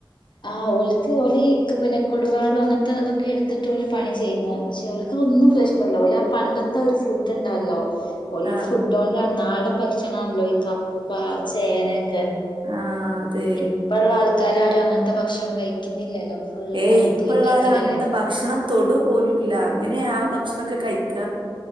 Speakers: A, on the left; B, on the right.
A: ആ ഓൽക്ക് ഓല് പിന്നെ കൊടുവാളും അങ്ങനത്തെ ഇതൊക്കെ എടുത്തിട്ട്ഓല് പണി ചെയ്യുന്നെ പക്ഷെ ഓൽക്ക് ഇതൊന്നും പ്രശ്നല്ല ഓലെ ആ പണ്ടത്തെ ഒരു ഫുഡ് ഉണ്ടല്ലോ ഓല
B: ആഹ്
A: ഫു ണ്ടോണ്ടാണ് നാടൻ ഭക്ഷണാല്ലോ ഈ കപ്പ ചേനൊക്കെ
B: ആഹ് അതെ
A: ഇപ്പള്ള ആൾക്കാരാരും അങ്ങനത്തെ ഭക്ഷണം കഴിക്കുന്നില്ലല്ലോ ഫുള്ള്
B: ഏയ്
A: പുറത്ത്
B: ഇപ്പള്ളാരാ
A: പോയി കഴിക്കലല്ലേ
B: അങ്ങനത്തെ ഭക്ഷണം തൊടു പോലുംല്ല എങ്ങനെ ആ ഭക്ഷണൊക്കെ കഴിക്ക